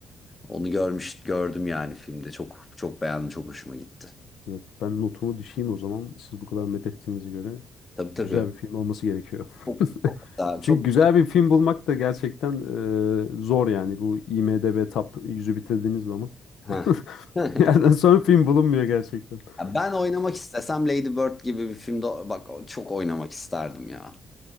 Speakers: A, on the left; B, on the left.
A: Onu görmüş gördüm yani filmde. Çok çok beğendim, çok hoşuma gitti.
B: Evet, ben notumu düşeyim o zaman. Siz bu kadar met ettiğinize göre
A: Tabii tabii.
B: güzel bir film olması gerekiyor. <laughs>
A: Çok daha
B: Çünkü
A: çok
B: güzel bir film bulmak da gerçekten e, zor yani. Bu IMDb Top yüzü bitirdiğiniz zaman.
A: ha.
B: <laughs>
A: <laughs>
B: Bir Yerden sonra film bulunmuyor gerçekten.
A: Ya Ben oynamak istesem Lady Bird gibi bir filmde bak çok oynamak isterdim ya.